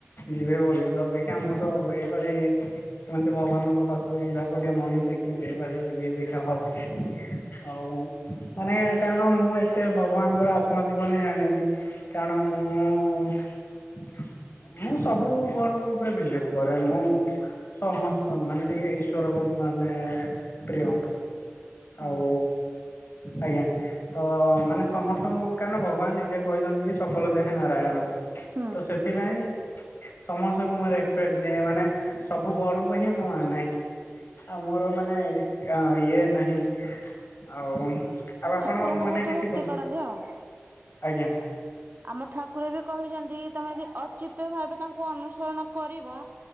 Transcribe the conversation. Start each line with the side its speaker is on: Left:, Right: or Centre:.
Left: ଯିବେ ବୋଲି ତ ଦେଖିବା ମୁଁ ତ ଏଇଭଳି ଏମତି ଭଗବାନଙ୍କ ପାଖକୁ ଯିବାକୁ ଟିକେ ମନ କି ଯେ ଭଳି ଯିବି ଦେଖା ଭାବୁଛି। ହଉ ମାନେ କାରଣ ମୁଁ ଏତେ ଭଗବାନଙ୍କର ଆତ୍ମଜୀବନୀ ହିଁ ଜାଣିନି କାରଣ ମୁଁ-ଉ-ଉ-ଉ ମୁଁ ସବୁ ଗଡ୍ ଙ୍କ ଉପରେ ଵିଲିଭ୍ କ‌ରେ। ମୁଁ ସମସ୍ତ ମାନେ ଟିକେ ଇସ୍ୱର ମାନେ ପ୍ରିୟ।
Right: ହଁ।
Left: ଆଉ ଆଜ୍ଞା ତ ମାନେ ସମସ୍ତଙ୍କୁ କାରଣ ଭଗବାନ ନିଜେ କହିଛନ୍ତି କି ସକଳ ଦେହେ ନାରାୟଣ।
Right: ହୁଁ
Left: ତ ସେଥିପାଇଁ ସମସ୍ତଙ୍କୁ ମୁଁ ରେସପେକଟ ଦିଏ ମାନେ ସବୁଗଡ଼ଙ୍କୁ ହି ମାନେ। ଆମୋର ମାନେ ଅ ଇଏ ନାହିଁ ଆଉ ଆଉ ଆପଣ
Right: ଠାକୁରଙ୍କୁ
Left: ମାନେ
Right: ବହୁତ
Left: କିଛି
Right: ଭକ୍ତି
Left: କୁହନ୍ତୁ
Right: କରନ୍ତି ଆଉ।
Left: ଆଜ୍ଞା
Right: ଆମ ଠାକୁର ବି କହିଛନ୍ତି ଯଦି ତମେ ଯଦି ଅଚ୍ୟୁତ ଭାବେ ତାଙ୍କୁ ଅନୁସରଣ କରିବ